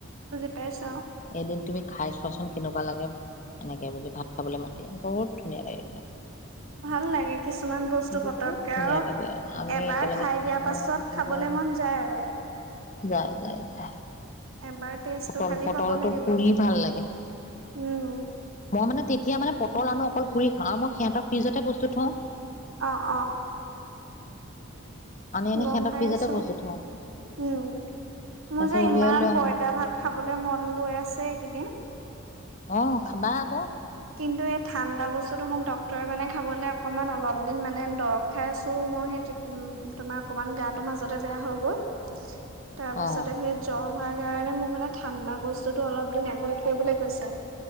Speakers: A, on the right (about 80°); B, on the left (about 35°).
A: বুজি পাইছা
B: এদিন তুমি খাই চোৱাচোন কেনেকুৱা লাগে এনেকে বুলি ভাত খাবলৈ মাতি বহুত ধুনীয়া লাগে খাই
A: ভাল লাগে কিছুমান বস্তু পতককে
B: বহুত ধুনীয়া
A: আৰু
B: লাগে আমি
A: এবাৰ
B: একেলগে
A: খাই
B: খাওঁ
A: দিয়াৰ পাছত
B: মেলো
A: খাবলে মন যায় আৰু
B: যায় যায় যায়
A: এবাৰ টেষ্টটো
B: পটল
A: খালি
B: পটলটো
A: পাব লাগিব
B: পুৰি ভাল লাগে
A: উম
B: মই মানে তেতিয়া মানে পটল আনো অকল পুৰি খা আৰু মই সিহঁতৰ ফ্ৰিজতে বস্তু থওঁ
A: অঁ অঁ
B: আনি আনি
A: গম
B: সিহঁতৰ
A: পাইছো
B: ফ্ৰিজতে বস্তু থওঁ
A: উম মোৰ
B: তাৰ পিছত
A: যে
B: উলিয়াই
A: ইমান
B: লৈ আহো
A: পইতা ভাত খাবলে মন গৈ আছে এইকেইদিন
B: অঁহ খাবা আকৌ
A: কিন্তু এই ঠাণ্ডা বস্তুটো মোক ডক্তৰে মানে খাবলৈ অকমান অলপ দিন মানে দৰব খাই আছো মই সেই তোমাৰ অকমান গা তো মাজতে বেয়া হৈ গ'ল তাৰ পিছত
B: অ
A: সেই জ্বৰ হয় কাৰণে মোৰ মানে ঠাণ্ডা বস্তুটো অলপ দিন এভইড কৰিবলৈ কৈছে